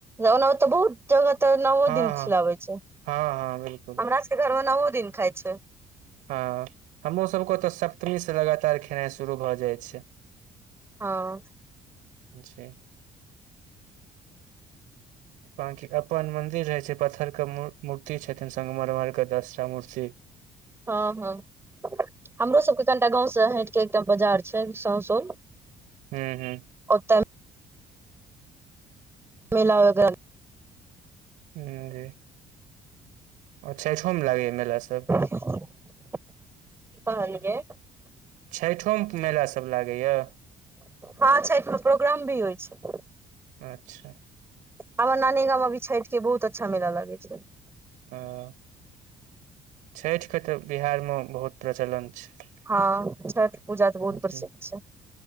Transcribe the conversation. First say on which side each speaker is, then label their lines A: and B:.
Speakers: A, on the right (about 20°); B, on the right (about 85°).
A: ओना तऽ बहुत जगह तऽ नओ
B: हँ
A: दिन
B: हँ
A: खिलाबै छै,
B: हँ हँ बिल्कुल
A: हमरा घरमे नओ दिन खाय छै।
B: हँ हमरो सबके ओतऽ, सप्तमी से लगातार खेनाइ शुरू भऽ जाइत छै।
A: हँ।
B: जी। बाकी अपन मन्दिर रहै छै, पत्थर के मूर्ति छथिन संगमरमरके दसटा मूर्ति
A: हँ हँ हमरो सबके कनिटा गाँवसँ हटि कऽ एकटा बाजार छै ससों
B: हुँ हुँ
A: ओतऽ मेल वगैरह
B: हँ जी। आ छइठो मे लागैए मेला सब
A: कि कहलियै
B: छइठोमे मेला सभ लागैए?
A: हँ छठिमे प्रोग्राम भी होइ छै।
B: अच्छा
A: हमर नानी गाँंव मे भी छठि के बहुत अच्छा मेला लगै छै।
B: हं, छठिके तऽ बिहारमे बहुत प्रचलन छै।
A: हँ छठ पूजा तऽ बहुत प्रसिद्ध
B: जी।
A: छै।